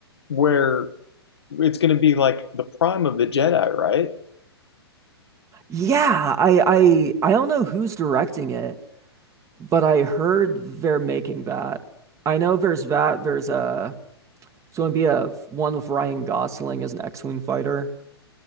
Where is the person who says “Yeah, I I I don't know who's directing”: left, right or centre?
Right